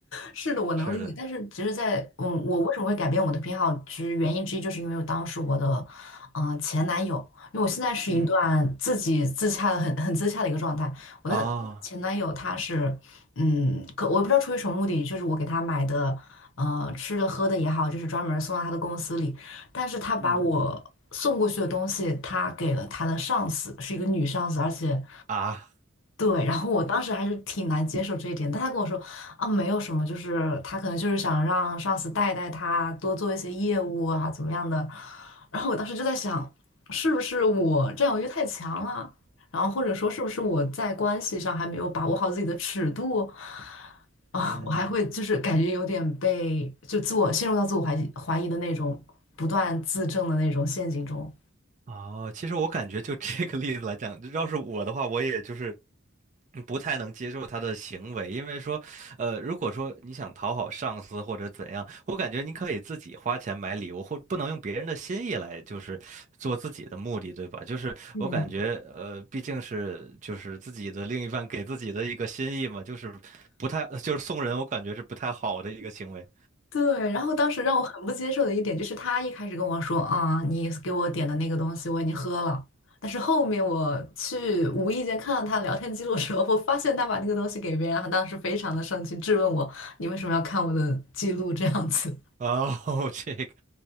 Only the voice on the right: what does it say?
是的，
嗯，
啊
嗯，
啊，
嗯。
哦，其实我感觉就这个例子来讲，要是我的话，我也就是不太能接受他的行为，因为说，呃，如果说你想讨好上司或者怎样，我感觉你可以自己花钱买礼物，或不能用别人的心意来就是做自己的目的，对吧？就是我感觉，
呃，毕竟是就是自己的另一半给自己的一个心意嘛，就是不太呃就是送人，我感觉是不太好的一个行为。
哦，<laughs> 这个，